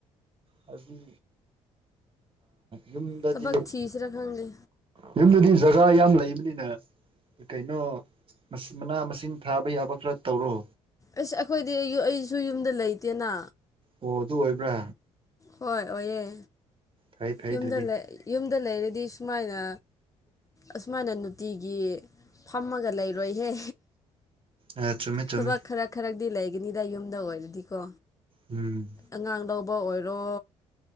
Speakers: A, on the right (about 35°); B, on the left (about 20°).
A: ꯍꯥꯏꯗꯤ ꯌꯨꯝꯗꯗꯤ
B: ꯊꯕꯛ ꯊꯤꯁꯤꯔꯥ ꯈꯪꯗꯦ
A: ꯌꯨꯝꯗꯗꯤ ꯖꯒꯥ ꯌꯥꯝ ꯂꯩꯕꯅꯤꯅꯦ ꯀꯩꯅꯣ ꯃꯅꯥ ꯃꯁꯤꯡ ꯊꯥꯕ ꯌꯥꯕ ꯈꯔ ꯇꯧꯔꯣ
B: ꯑꯁ ꯑꯩꯈꯣꯏꯗꯤ ꯑꯩꯁꯨ ꯌꯨꯝꯗ ꯂꯩꯇꯦꯅ
A: ꯑꯣ ꯑꯗꯨ ꯑꯣꯏꯕ꯭ꯔꯥ
B: ꯍꯣꯏ ꯑꯣꯏꯑꯦ
A: ꯐꯩ ꯐꯩ
B: ꯌꯨꯝꯗ
A: ꯑꯗꯨꯗꯤ
B: ꯌꯨꯝꯗ ꯂꯩꯔꯗꯤ ꯁꯨꯃꯥꯏꯅ ꯑꯁꯨꯃꯥꯏꯅ ꯅꯨꯡꯇꯤꯒꯤ ꯐꯝꯃꯒ ꯂꯩꯔꯣꯏꯍꯦ
A: ꯑ ꯆꯨꯝꯃꯦ ꯆꯨꯝꯃꯦ
B: ꯊꯕꯛ ꯈꯔ ꯈꯔꯗꯤ ꯂꯩꯒꯅꯤꯗ ꯌꯨꯝꯗ ꯑꯣꯏꯔꯗꯤꯀꯣ
A: ꯎꯝ
B: ꯑꯉꯥꯡ ꯂꯧꯕ ꯑꯣꯏꯔꯣ